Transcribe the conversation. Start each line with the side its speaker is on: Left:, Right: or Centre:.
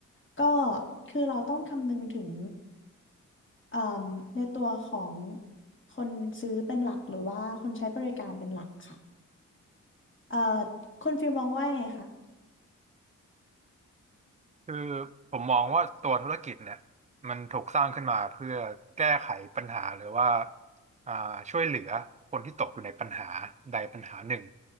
Left: ก็คือเราต้องคำนึงถึงเอ่มในตัวของคนซื้อเป็นหลักหรือว่าคนใช้บริการเป็นหลักค่ะเอ่อคุณฟิลมองว่ายังไงคะ
Right: คือผมมองว่าตัวธุรกิจเนี่ยมันถูกสร้างขึ้นมาเพื่อแก้ไขปัญหาหรือว่าอ่าช่วยเหลือคนที่ตกอยู่ในปัญหาใดปัญหาหนึ่ง